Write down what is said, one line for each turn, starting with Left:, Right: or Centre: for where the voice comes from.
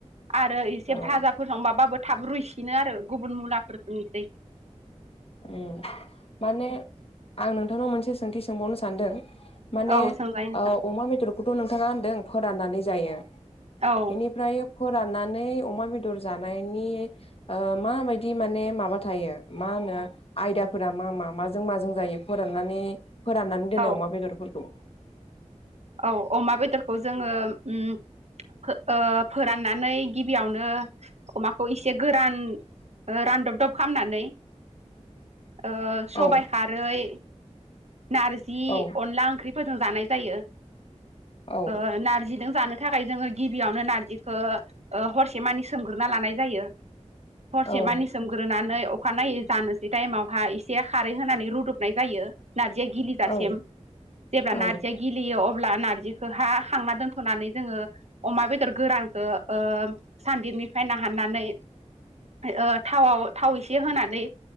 Right: आरो एसे
Left: औ
Right: भाजा <unintelligible> थाब रुइसिनो आरो गुबुन मुलाफोरनिफ्राय
Left: उम माने- आं नोंथांनाव मोनसे सोंथि सोंबावनो सानदों? माने
Right: औ सोंजायो नोंथां
Left: अमा बे बेदरखौथ' नोंथांङा होनदों फोराननानै जायो
Right: औ
Left: बेनिफ्राय- फोराननानै अमा बेदर जानायनि ओ माबायदि माने माबा थायो मा होनो आयदाफोरा मा मा? माजों माजों जायो फोराननानै फोराननानै दोननाय
Right: औ
Left: अमा बेदरफोरखौव-
Right: औव अमा बेदरखौ जोंङो उम ओ फोराननानै गिबियावनो अमाखौ एसे गोरान रानदबदब खालामनानै ओ सबाय
Left: औ
Right: खारै नारजि
Left: औ
Right: अनला ओंख्रि फोरजों जानाय जायो।
Left: औ
Right: ओहो नारजिजों जानो थाखाय जोंङो गिबियावनो नारजिखौ ओ हरसेमानि सोमग्रोना लानाय जायो। हरसे
Left: औ
Right: मानि सोमग्रोनानै अखानायै जानोसै टाइमावहा एसे खारै होनानै रुदबनाय जायो। नारजिया गिलिजासिम
Left: औ
Right: जेब्ला नारजिया
Left: औ
Right: गिलियो अ अब्ला नारजिखौहा खांना दोनथ'नानै जोंङो अमा बेदर गोरानखौ ओ सानदिबनिफ्राय नाहाननानै ओ थावआव थाव एसे होनानै